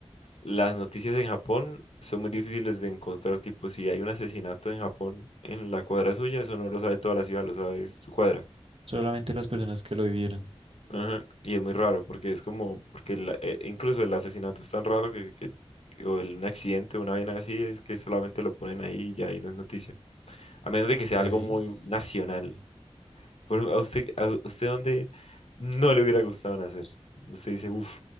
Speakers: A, on the left (about 70°); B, on the right (about 60°).
A: las noticias en Japón son muy difíciles de encontrar. Tipo, si hay un asesinato en Japón en la cuadra suya, eso no lo sabe toda la ciudad, lo sabe su cuadra.
B: Solamente las personas que lo vivieron.
A: Ajá. Y es muy raro porque es como, porque la- e- incluso el asesinato es tan raro que, que- que- o el- un accidente, una vaina así, es que solamente lo ponen ahí y ya y no es noticia. A menos de que sea
B: Ok.
A: algo muy nacional. Por ejemplo, ¿a usted, a usted dónde no le hubiera gustado nacer? Usted dice, uff.